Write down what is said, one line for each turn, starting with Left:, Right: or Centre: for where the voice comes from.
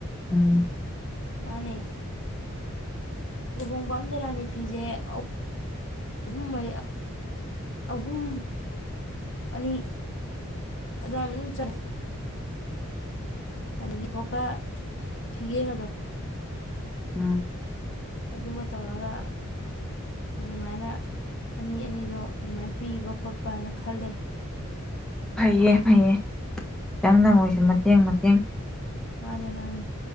Centre: ꯎꯝ
Left: ꯃꯥꯅꯦ꯫ ꯂꯨꯍꯣꯡꯕ ꯑꯝꯗ ꯔꯥꯅꯤ ꯐꯤꯖꯦ ꯑ ꯍꯨꯝ ꯃ ꯑꯍꯨꯝ ꯑꯍꯨꯝ ꯃꯔꯤ ꯑꯗꯨꯗꯥ ꯑꯗꯨꯗꯤ ꯈꯣꯀ ꯐꯤꯒꯦꯒꯗꯣ꯫
Centre: ꯎꯝ꯫
Left: ꯑꯗꯨꯒ ꯇꯧꯔꯒ ꯑꯗꯨꯃꯥꯏꯅ ꯑꯅꯤ - ꯑꯅꯤꯗꯣ ꯑꯗꯨꯃꯥꯏꯅ ꯄꯤꯕ ꯈꯣꯠꯄꯅ ꯈꯜꯂꯦ꯫
Centre: ꯐꯩꯌꯦ - ꯐꯩꯌꯦ ꯈꯤꯇꯪꯗ ꯑꯣꯏꯁꯨ ꯃꯇꯦꯡ- ꯃꯇꯦꯡ
Left: ꯃꯥꯅꯦ- ꯃꯥꯅꯦ꯫